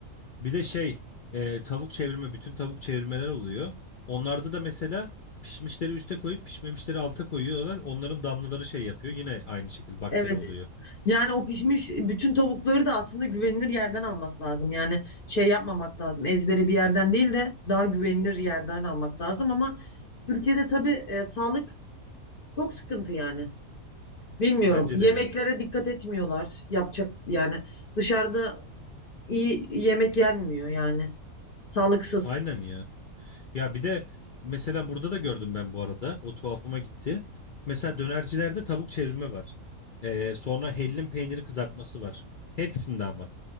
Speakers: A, on the left; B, on the left.
A: Bir de şey e, tavuk çevirme bütün tavuk çevirmeler oluyor. Onlarda da mesela pişmişleri üste koyup pişmemişleri alta koyuyorlar. Onların damlaları şey yapıyor. Yine aynı şekilde bakteri
B: Evet.
A: oluyor.
B: Yani o pişmiş bütün tavukları da aslında güvenilir yerden almak lazım. Yani şey yapmamak lazım. Ezbere bir yerden değil de daha güvenilir yerden almak lazım ama Türkiye'de tabii e, sağlık çok sıkıntı yani. Bilmiyorum.
A: Bence
B: Yemeklere
A: de ya.
B: dikkat etmiyorlar. Yapacak yani dışarıda iyi yemek yenmiyor yani. Sağlıksız.
A: Aynen ya. Ya bir de mesela burada da gördüm ben bu arada. O tuhafıma gitti. Mesela dönercilerde tavuk çevirme var. Ee, sonra hellim peyniri kızartması var. Hepsinde ama.